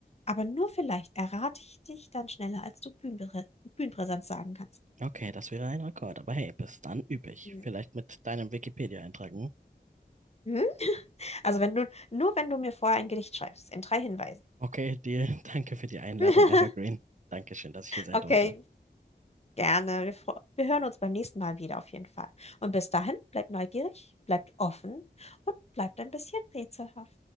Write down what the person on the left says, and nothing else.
aber nur vielleicht, errate ich dich dann schneller, als du Bühnenprä Bühnenpräsenz sagen kannst.
Mhm.
Mhm. Also wenn du, nur wenn du mir vorher ein Gedicht schreibst, in drei Hinweisen.
<laughs>
Okay,
gerne. Wir, fro- wir hören uns beim nächsten Mal wieder auf jeden Fall. Und bis dahin, bleibt neugierig, bleibt offen und bleibt ein bisschen rätselhaft.